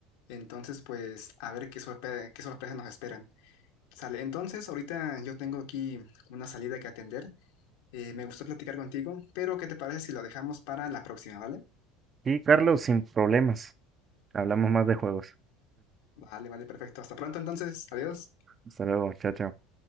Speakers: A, on the left; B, on the right.
A: entonces pues a ver qué sorpre- qué sorpresas nos esperan. Sale, entonces ahorita yo tengo aquí una salida que atender, eh, me gustó platicar contigo, pero ¿qué te parece si la dejamos para la próxima, ¿vale?
B: Y Carlos, sin problemas, hablamos más de juegos.
A: Vale, vale, perfecto, hasta pronto entonces, adiós.
B: Hasta luego, chao, chao.